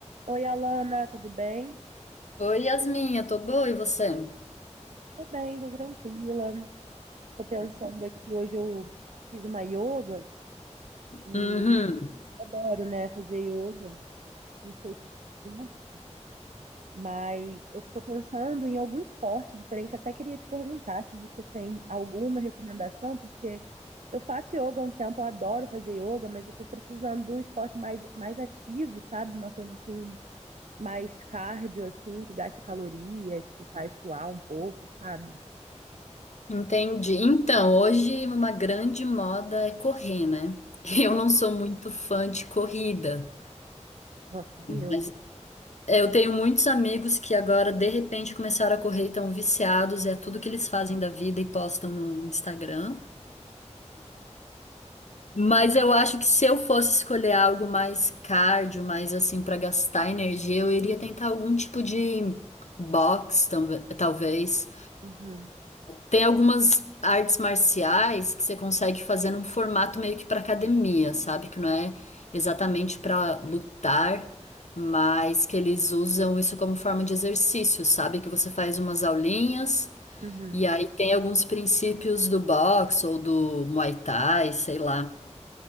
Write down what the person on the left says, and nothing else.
Oi, Yasmin, eu tô boa, e você?
Uhum,
entendi. Então, hoje uma grande moda é correr, né? <laughs> Eu não sou muito fã de corrida,
mas eu tenho muitos amigos que agora de repente começaram a correr e estão viciados, é tudo que eles fazem da vida e postam no Instagram. Mas eu acho que se eu fosse escolher algo mais cardio, mais assim pra gastar energia, eu iria tentar algum tipo de box, talvez.
Tem algumas artes marciais que você consegue fazer num formato meio que para academia, sabe? Que não é exatamente para lutar, mas que eles usam isso como forma de exercício, sabe? Que você faz umas aulinhas
e aí tem alguns princípios do boxe ou do Muay Thai, sei lá.